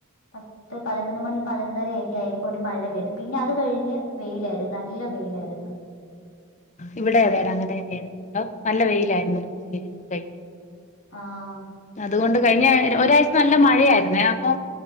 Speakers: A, on the left (about 85°); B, on the left (about 35°).
A: പ ത്ത് പതിനൊന്ന് മണി പതിനൊന്നരെക്കെ ആയപ്പൊ ഒരു മഴ പെയ്ത് പിന്നത് കഴിഞ്ഞ് വെയിലാരുന്നു നല്ല വെയിലാരുന്നു
B: ഇവിടെ അതെടാ അങ്ങനെ തന്നെയായിരുന്നു ട്ടോ നല്ല വെയിലായിരുന്നു ഒരുച്ച കഴിഞ്ഞ്
A: ആഹ്
B: അതുകൊണ്ട് കഴിഞ്ഞ ഒരാഴ്ച നല്ല മഴയാര്ന്നേ അപ്പൊ